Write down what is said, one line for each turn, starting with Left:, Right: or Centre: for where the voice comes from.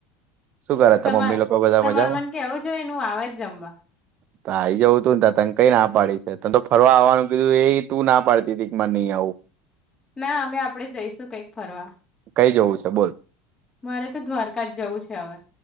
Right: શું કરે, તાર
Left: તમાર
Right: મમ્મી લોકો બધા
Left: તમાર
Right: મજામાં?
Left: મને કેવું જોઈએ ને હું આવે જ જમવા
Right: તો આઈ જવું તું ને તાર, તન કંઈ ના પાડી છે? તન તો ફરવા આવવાનું કીધું એય તું ના પાડતી તી, ક માર નહીં આવવું.
Left: ના હવે આપડે જઈશું કઈક ફરવા.
Right: કઈ જવું છે બોલ?
Left: મારે તો દ્વારકા જ જવું છે હવે.